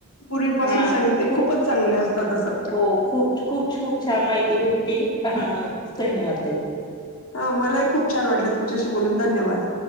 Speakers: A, on the left; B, on the left.
A: पूर्वीपासून
B: हा
A: सांगित ते
B: खूप
A: खूपच चांगले असतात असं
B: हो खूप खूप खूप छान माहिती भेटते ह धन्यवाद तई
A: हा मलाही खूप छान वाटले तुमच्याशी बोलून धन्यवाद